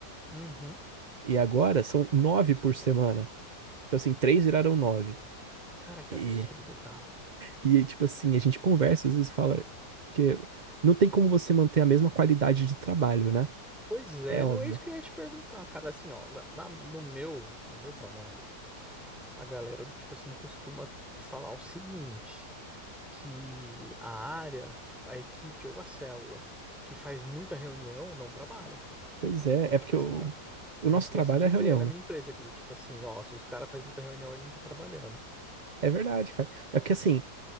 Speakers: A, in the centre; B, on the right.
A: Uhum.
B: E agora são nove por semana. Então, assim, três viraram nove.
A: Cara, que
B: E,
A: absurdo, cara.
B: e tipo assim, a gente conversa, às vezes fala que não tem como você manter a mesma qualidade de trabalho, né?
A: Pois é,
B: É óbvio.
A: não é isso que eu ia te perguntar, cara. Assim, ó, na- na- no meu, no meu trabalho. a galera do tipo assim costuma falar o seguinte, que a área, a equipe ou a célula que faz muita reunião não trabalha.
B: Pois é,
A: Do
B: é
A: tipo
B: porque
A: assim,
B: o,
A: a
B: o
A: a
B: nosso
A: gente
B: trabalho
A: tem esse dizer
B: é a reunião,
A: na
B: né?
A: minha empresa que do tipo assim, ó, se o cara faz muita reunião, ele não tá trabalhando.
B: É verdade, cara. É porque assim,